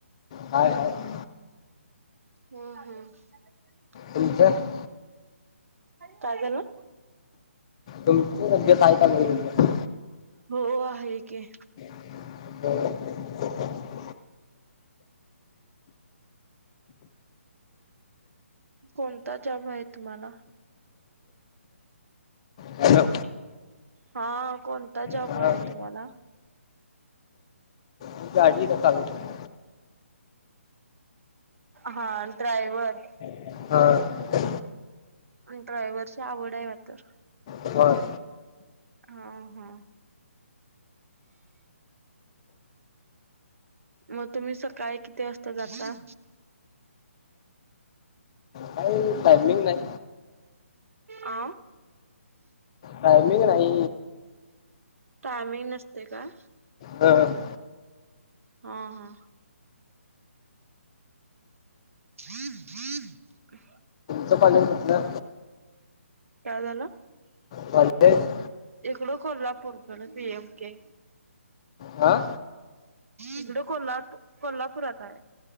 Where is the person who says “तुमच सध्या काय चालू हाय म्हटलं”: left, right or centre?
Left